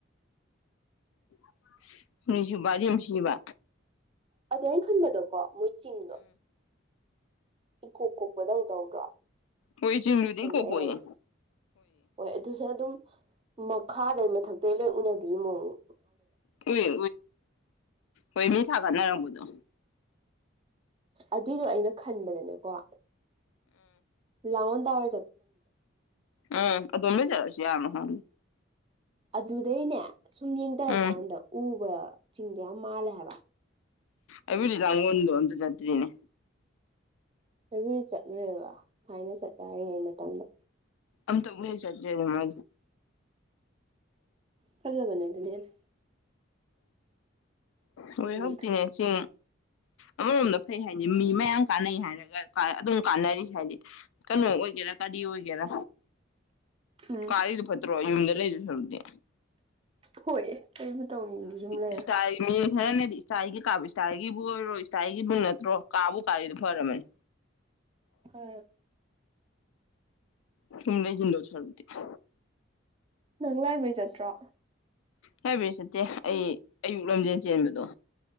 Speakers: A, on the left; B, on the right.
A: <unintelligible> ꯍꯅꯤꯁꯨꯕꯗꯤꯝꯁꯤꯕ
B: ꯑꯗꯨ ꯑꯩꯅ ꯈꯟꯕꯗꯣꯀꯣ ꯃꯣꯏ ꯆꯤꯡꯗꯣ ꯏꯀꯣꯛ ꯀꯣꯛꯄꯗꯧ ꯇꯧꯗ꯭ꯔꯣ
A: ꯍꯣꯏ ꯆꯤꯡꯗꯨꯗꯤ
B: ꯈꯪꯅꯦ
A: ꯀꯣꯛ ꯀꯣꯛꯑꯦ
B: ꯍꯥꯏꯁꯦ ꯍꯣꯏ ꯑꯗꯨꯁꯨ ꯑꯗꯨꯝ ꯃꯈꯥꯗ ꯃꯊꯛꯇꯇꯩ ꯂꯣꯏ ꯎꯅꯕꯤ ꯃꯑꯣꯣ
A: ꯑꯦ ꯍꯣꯏ ꯃꯤ ꯊꯥꯒꯠꯅꯔꯝꯕꯗꯣ
B: ꯑꯗꯨꯏꯗꯣ ꯑꯩꯅ ꯈꯟꯕꯗꯅꯦ ꯀ ꯂꯥꯎꯟ ꯇꯋꯥꯔ
A: ꯑ ꯑ ꯇꯣꯝꯅ ꯆꯥꯔ <unintelligible> ꯀꯌꯥꯅꯣ ꯍ
B: ꯑꯗꯨꯗꯩꯅꯦ ꯁꯨꯝ ꯌꯦꯡꯗꯔꯛꯀꯥꯟꯗ
A: ꯎꯝ
B: ꯎꯕ ꯆꯤꯡꯗꯨ ꯌꯥꯝ ꯃꯥꯜꯂꯦ ꯍꯥꯏꯕ
A: ꯑꯩ ꯂꯤ ꯂꯣꯟꯗ ꯑꯇ ꯆꯇ꯭ꯔꯤꯅꯤ
B: ꯑꯩꯕꯨꯗꯤ ꯆꯠꯂꯨꯔꯦꯕꯥ ꯊꯥꯏꯅ ꯆꯠ ꯌꯥꯏꯌꯦ ꯃꯇꯝꯗ
A: ꯑꯝꯇ ꯎꯂꯤ ꯆꯠꯖꯦ ꯑ
B: ꯐꯂ ꯃꯅꯦ ꯑꯗꯨꯅꯦꯅ
A: ꯍꯣꯏ
B: ꯚ꯭ꯌꯨꯗꯣ
A: ꯍꯇꯅꯦ ꯁꯤ ꯑꯃꯔꯣꯝꯗ ꯐꯩ ꯍꯥꯏꯗꯤ ꯃꯤ ꯃꯌꯥꯝ ꯀꯥꯟꯅꯩ ꯍꯥꯏꯔꯒ ꯑꯗꯨꯝ ꯀꯥꯟꯅꯔꯤꯁꯦ ꯍꯥꯏꯗꯤ ꯀꯩꯅꯣ ꯑꯣꯏꯒꯦꯔꯥ ꯀꯔꯤ ꯑꯣꯏꯒꯦꯔꯥ
B: ꯎꯝ
A: ꯀꯥ ꯐꯠꯇ ꯌꯨꯝꯗ ꯂꯩꯗꯨ ꯁꯔꯨꯗ
B: ꯍꯣꯏ <unintelligible> ꯀ ꯃꯇꯧꯅꯤꯨꯝꯗ ꯁꯨꯝ ꯂꯩꯔ
A: ꯏꯁꯇꯥꯏꯜꯒꯤ ꯃꯤ ꯈꯔꯅꯗꯤ ꯏꯁꯇꯥꯒꯤ ꯀꯥꯕꯨ ꯏꯁꯇꯒꯤꯕꯨ ꯑꯣꯏꯔꯣ ꯏꯁꯇꯥꯒꯤꯕꯨ ꯅꯠꯇ꯭ꯔꯣ ꯀꯥꯕꯨ ꯀꯥꯔꯤꯗꯨꯣ ꯐꯔꯝꯃꯅꯤ
B: ꯈꯥꯏꫪ‌ꯣ
A: ꯇꯃꯤ ꯂꯩ ꯆ ꯂꯧꯁꯔꯗꯤ <unintelligible>
B: ꯅꯪ ꯂꯥꯏꯕ꯭ꯔꯦꯔꯤ ꯆꯠꯇ꯭ꯔꯣ
A: ꯍꯥꯏꯕꯔꯤ ꯆꯠꯇꯦ ꯑꯩ ꯑꯌꯨꯛ ꯂꯝꯖꯦꯜ ꯆꯦꯟꯕꯗꯣ